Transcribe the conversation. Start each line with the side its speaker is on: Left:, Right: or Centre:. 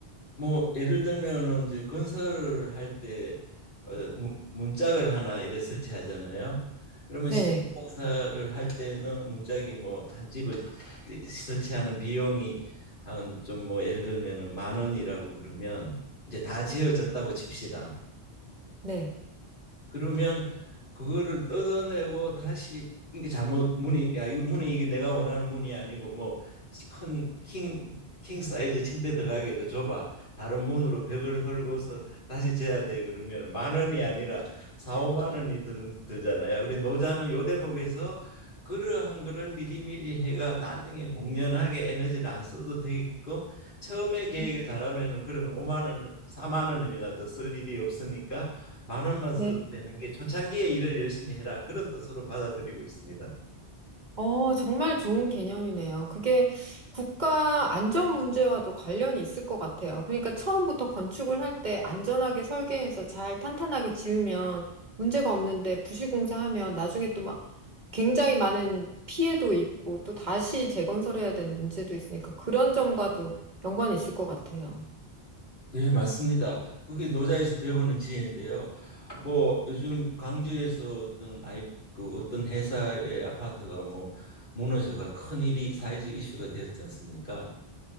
Left: 뭐 예를 들면은 이제 건설을 할 때 어, 문- 문짝을 하나 이래 설치하잖아요. 그러면
Right: 네,
Left: 신공사를 할 때는 문짝이 뭐 한 집을 이- 설치하는 비용이 한 좀 뭐 예를 들면은 만 원이라고 그러면 이제 다 지어졌다고 칩시다.
Right: 네,
Left: 그러면 그거를 뜯어내고 다시 이게 잘못 문이 야 이거 문이 이게 내가 원하는 문이 아니고 뭐큰킹킹 사이즈 침대 들어가기도 좁아 다른 문으로 벽을 헐고서 다시 재야 돼 그러면 만 원이 아니라 4, 5만 원이 들, 들잖아요. 그래 노자는 요 대목에서 그러한 거를 미리미리 해가 나중에 공연하게 에너지를 안 써도 되게끔 처음에 계획을
Right: 음,
Left: 잘하면은 그런 5만 원, 4만 원이나 더 쓸 일이 없으니까 만 원만
Right: 네.
Left: 써도 되는 게 초창기에 일을 열심히 해라 그런 뜻으로 받아들이고 있습니다.
Right: 어, 정말 좋은 개념이네요. 그게 국가 안전 문제와도 관련이 있을 것 같아요. 그러니까 처음부터 건축을 할 때 안전하게 설계해서 잘 탄탄하게 지으면 문제가 없는데 부실공사하면 나중에 또 막 굉장히 많은 피해도 있고 또 다시 재건설해야 되는 문제도 있으니까 그런 점과도 연관이 있을 것 같아요.
Left: 예, 맞습니다. 그게 노자에서 배우는 지혜인데요. 뭐 요즘 광주에서 어떤 아이 그 어떤 회사의 아파트가 뭐 무너져가 큰 일이 사회적 이슈가 되었지 않습니까?